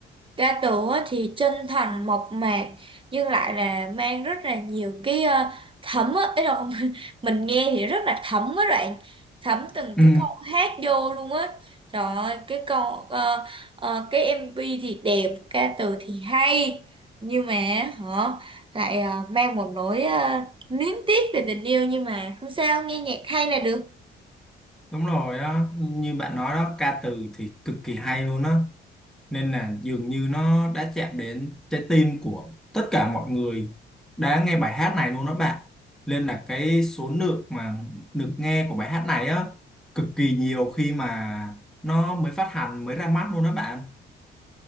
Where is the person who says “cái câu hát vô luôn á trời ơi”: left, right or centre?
Right